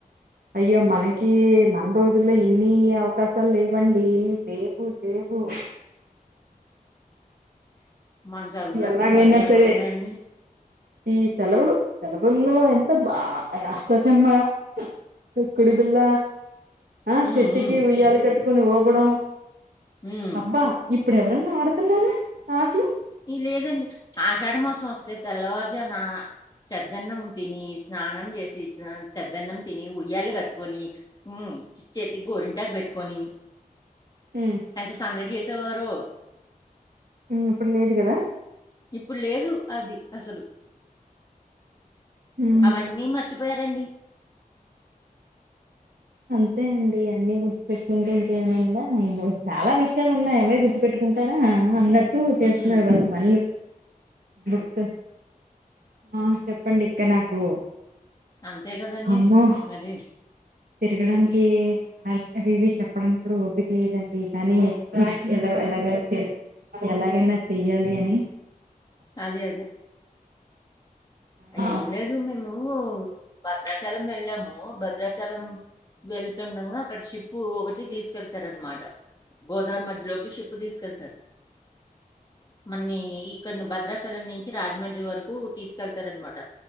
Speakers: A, on the right; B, on the left.
A: అయ్యో మనకి మన రోజు రోజుల్లో ఇన్ని అవకాశాలు లేవండి లేవు లేవు <inaudible>
B: మన చదువులప్పుడు
A: ఇది ఎలాగైనా
B: ఇవన్నీ ఎక్కడ
A: సరే
B: ఉన్నాయండి
A: ఈ సెలవులు సెలవుల్లో ఎంత బాగ అష్టాచమ్మా తొక్కుడు బిళ్ళ ఆ
B: మ్మ్
A: చేట్టికి
B: మ్మ్
A: ఉయ్యాల కట్టుకుని వూగడం
B: మ్మ్
A: అబ్బా ఇప్ ఇప్పుడు ఎవరన్నా ఆడుతున్నారా ఆట్లు
B: ఈ లేదండి ఆషాఢమాసం వస్తే తెల్లవారుజానా చెద్దన్నం తిని స్నానం చేసి చెద్దన్నం తిని ఉయ్యాల కట్టుకొని మ్ చేతికి గోరింటాకి పెట్టుకొని
A: <inaudible> ఉమ్,
B: ఎంత సందడి చేసేవారో
A: ఉమ్, ఇప్పుడు లేదు కదా
B: ఇప్పుడు లేదు అది అసలు
A: ఉమ్,
B: అవన్నీ మర్చిపోయారండి
A: అంతే అండి అన్ని గుర్తుపెట్టుకుంటే ఇంకేమైన్నా ఉందా ఇంగో చాలా విషయాలు ఉన్నాయ అవే గుర్తు పెట్టుకుంట ఉంటారా అ అన్నట్టు చేస్తున్నారు
B: మ్మ్
A: వాళ్ళు పనులు బుక్స్ ఆ చెప్పండి ఇంకా నాకు
B: అంతే గదండి
A: అమ్మో
B: మరి
A: తిరగడానికి అవి ఇవి చెప్పడానికి కూడా ఓపిక లేదండి కానీ ఎలా అలాగారు చే ఎలాగైనా చెయ్యాలి అని
B: అదే అదే
A: హ్మ్.
B: ఏం లేదు మేము భద్రాచలం ఎళ్ళాము భద భద్రాచలం వెళ్తుండంగా అక్కడ షిప్పు ఒకటి తీసుకెళ్తారు అనమాట గోదావరి మధ్యలోకి షిప్పు తీసుకెళ్తారు అన్ని ఇక్కడి భద్రాచలం నుంచి రాజమండ్రి వరకు తీసుకెళ్త అనమాట